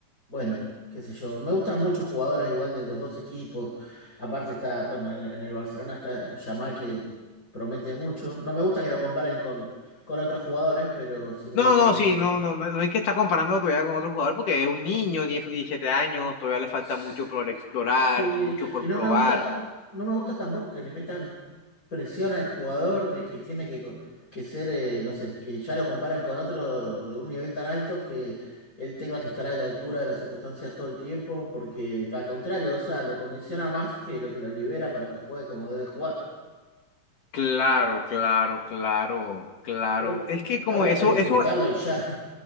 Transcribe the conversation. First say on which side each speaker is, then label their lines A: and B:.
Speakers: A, on the left (about 25°); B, on the left (about 70°).
A: bueno, qué sé yo. Me gustan muchos jugadores igual de los dos equipos. Aparte está, bueno, en en el Barcelona está Yamal que promete mucho. No me gusta que lo comparen con, con otros jugadores, pero sí me
B: No,
A: gusta
B: no,
A: mucho.
B: sí, no, no, no no hay que estar comparando todavía con otro jugador porque es un niño, tiene sus 17 años, todavía le falta
A: Sí.
B: mucho por explorar,
A: Sí,
B: mucho por
A: y no
B: probar.
A: me gusta, no me gusta tampoco que le metan presión al jugador de que tiene que, co- que ser, eh, no sé, que ya lo comparen con otro de un nivel tan alto que él tenga que estar a la altura de las circunstancias todo el tiempo, porque al contrario, o sea, lo condiciona más que lo que lo libera para que juegue como debe jugar.
B: Claro, claro, claro, claro.
A: Creo
B: Es que como
A: que habría
B: eso,
A: que disfrutarlo
B: eso
A: y ya. <laughs>